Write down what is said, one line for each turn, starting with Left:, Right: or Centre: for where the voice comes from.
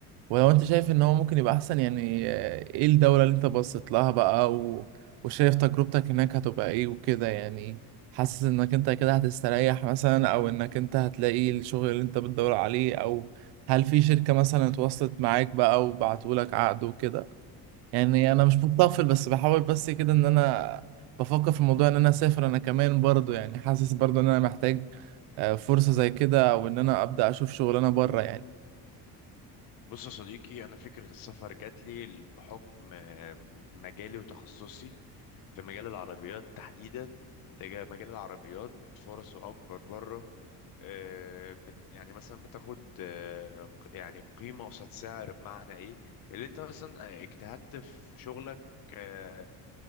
Right: ولو انت شايف ان هو ممكن يبقى احسن يعني آه، ايه الدولة اللي انت بصيت لها بقى و... وشايف تجربتك هناك هتبقى ايه وكده يعني حاسس انك انت كده هتستريح مثلا او انك انت هتلاقي الشغل اللي انت بتدور عليه او هل في شركة مثلا اتواصلت معاك بقى وبعتولك عقد وكده يعني انا مش متطفل بس بحاول بس كده ان انا بفكر في الموضوع ان انا اسافر انا كمان برضو يعني حاسس برضو ان انا محتاج آه، فرصة زي كده او ان انا ابدا اشوف شغلانة بره يعني
Left: بص يا صديقي أنا فكرة السفر جات لي بحكم آه، مجالي وتخصصي في مجال العربيات تحديدا انت جا- مجال العربيات فرصه أكبر بره آه، بت- يعني مثلا بتاخد آه، ق- يعني قيمة قصاد سعر بمعنى إيه اللي أنت مثلا آه، اجتهدت في شغلك آه،